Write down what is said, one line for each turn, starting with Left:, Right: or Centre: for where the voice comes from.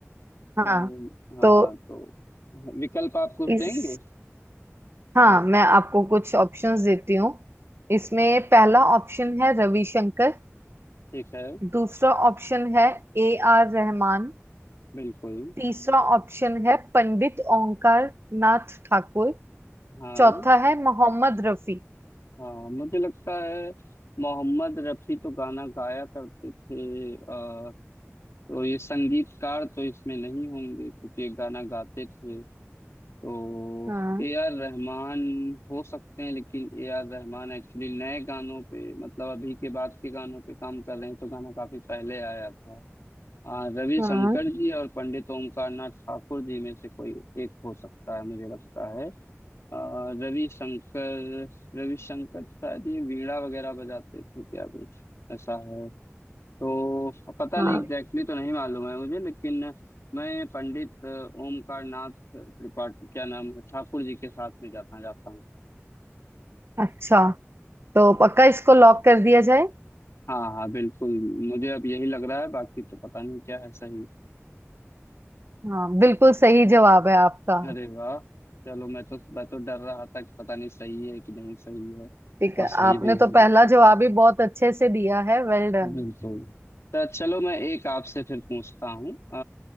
Left: तो
Right: हाँ
Left: हाँ
Right: तो
Left: तो विकल्प आप कुछ
Right: इस
Left: देंगे
Right: हाँ मैं आपको कुछ ऑप्शंस देती हूँ इसमें पहला ऑप्शन है रविशंकर
Left: ठीक है
Right: दूसरा ऑप्शन है ए आर रहमान
Left: बिल्कुल
Right: तीसरा ऑप्शन है पंडित ओंकार नाथ ठाकुर
Left: हाँ
Right: चौथा है मोहम्मद रफी
Left: हाँ मुझे लगता है मोहम्मद रफी तो गाना गाया करते थे आ, तो ये संगीतकार तो इसमें नहीं होंगे क्योंकि ये गाना गाते थे तो
Right: हाँ
Left: ए आर रहमान हो सकते हैं लेकिन ए आर रहमान एक्चुअली नए गानों पे मतलब अभी के बाद के गानों पे काम कर रहे हैं तो गाना काफी पहले आया था आ, रविशंकर
Right: हाँ
Left: जी और पंडित ओमकार नाथ ठाकुर जी में से कोई एक हो सकता है मुझे लगता है आ, रविशंकर रविशंकर शायद ये वीणा वगैरह बजाते थे क्या कुछ ऐसा है तो पता
Right: हाँ
Left: नहीं एग्जैक्टली तो नहीं मालूम है मुझे लेकिन मैं पंडित अ, ओमकार नाथ त्रिपाठी क्या नाम है ठाकुर जी के साथ में जाना जाता हूँ
Right: अच्छा तो पक्का इसको लॉक कर दिया जाए
Left: हाँ हाँ बिल्कुल मुझे अब यही लग रहा है बाकी तो पता नहीं क्या है सही
Right: हाँ बिल्कुल सही जवाब है आपका
Left: अरे वाह चलो मैं तो मैं तो डर रहा था कि पता नहीं सही है कि नहीं सही है
Right: ठीक
Left: और
Right: है
Left: सही
Right: आपने
Left: भी हो
Right: तो
Left: गया
Right: पहला जवाब ही बहुत अच्छे से दिया है वेल डन
Left: बिल्कुल तो चलो मैं एक आपसे फिर पूछता हूँ अ,